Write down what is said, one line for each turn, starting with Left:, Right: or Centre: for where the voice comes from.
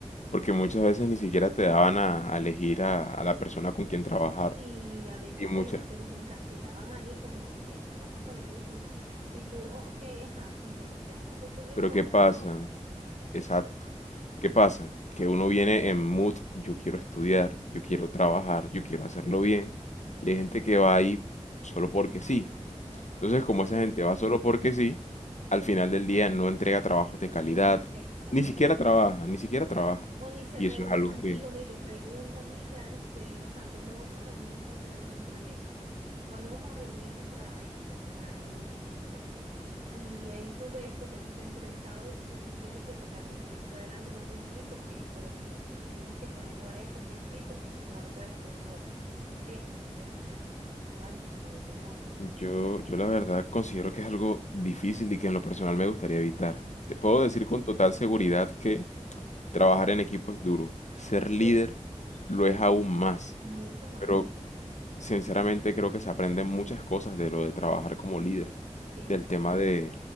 Left: porque muchas veces ni siquiera te daban a, a elegir a, a la persona con quien trabajar,
Right: Y a veces
Left: y muchas,
Right: te los, te los encasquetaban ahí como, ok, trabaja con ellos y, y tú, "Oh, ok, ajá, sin conocerlo, qué sé yo,
Left: pero
Right: o
Left: ¿qué pasa?
Right: a lo mejor-
Left: Exacto, ¿qué pasa? Que uno viene en mood, yo quiero estudiar, yo quiero trabajar, yo quiero hacerlo
Right: Sí,
Left: bien,
Right: claro.
Left: y hay gente que va ahí solo porque sí. Entonces, como esa
Right: Sí,
Left: gente va solo porque sí, al final del día no entrega trabajos de calidad,
Right: no, ent- exacto.
Left: ni siquiera trabaja, ni siquiera trabaja,
Right: O ni se
Left: y
Right: reúne
Left: eso es algo
Right: contigo,
Left: que...
Right: ni te pregunta, mira, este, ajá, ¿cuándo vamos a reunirnos para hacer el proyecto? ¿Cuándo vamos a reunirnos para esto? Nada, nunca, o sea. Y ahí tú ves porque no está interesado, entonces tú tienes que sacar el proyecto adelante porque sí, porque es colectivo. Tú tienes que ponerlo a él porque sí, porque si no lo puedes hacer sola, ¿entiendes? Entonces, ay, Dios mío, ¿cómo hago?
Left: Yo, yo la verdad considero que es algo difícil y que en lo personal me gustaría evitar. Te puedo
Right: Ujú,
Left: decir con total seguridad que trabajar en equipo es duro. Ser
Right: Sí
Left: líder
Right: es,
Left: lo es aún más.
Right: mucho más.
Left: Pero sinceramente creo que se aprenden muchas cosas de lo de trabajar como
Right: Sí,
Left: líder.
Right: sí.
Left: Del tema de,